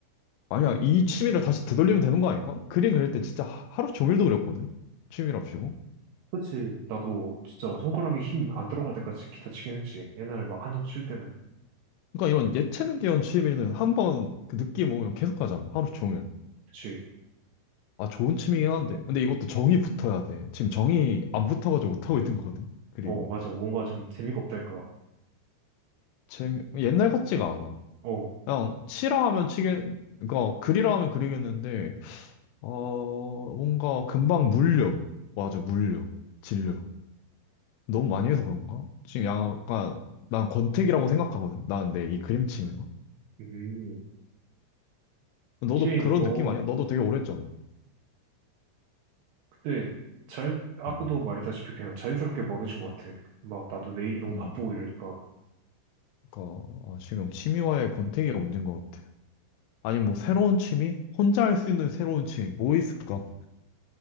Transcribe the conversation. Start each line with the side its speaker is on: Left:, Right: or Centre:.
Left: 아니야, 이 취미를 다시 되돌리면 되는 거 아닐까? 그림 그릴 때 진짜 하- 하루 종일도 그렸거든? 취미랍시고.
Right: 그치. 나도 진짜 손가락에 힘 안 들어갈 때까지 기타 치긴 했지. 옛날에 막 한창 칠 때는.
Left: 그러니까 이런 예체능계열 취미는 한 번 그 느낌 오면 계속 하잖아. 하루 종일.
Right: 그치.
Left: 아, 좋은 취미긴 한데. 근데 이것도 정이 붙어야 돼. 지금 정이 안 붙어가지고 못하고 있는 거거든. 그림이.
Right: 어, 맞아. 뭔가 좀 재미가 없달까.
Left: 재미, 옛날 같지가 않아.
Right: 어,
Left: 그냥 치라 하면 치겠, 그러니까 그리라 하면 그리겠는데, 어, 뭔가 금방 물려. 맞아, 물려. 질려. 너무 많이 해서 그런가? 지금 약간, 난 권태기라고 생각하거든. 나는 내 이 그림 취미가.
Right: 음.
Left: 너도
Right: 그치,
Left: 그런
Right: 너
Left: 느낌 아니야? 너도 되게 오래 했잖아.
Right: 그때 잘, 아까도
Left: 응,
Right: 말했다시피 그냥 자연스럽게 멀어진 것 같아. 막 나도 내일이 너무
Left: 응.
Right: 바쁘고 이러니까.
Left: 그러니까, 아, 지금 취미와의 권태기가 문제인 것 같아. 아니, 뭐, 새로운 취미? 혼자 할 수 있는 새로운 취미, 뭐 있을까?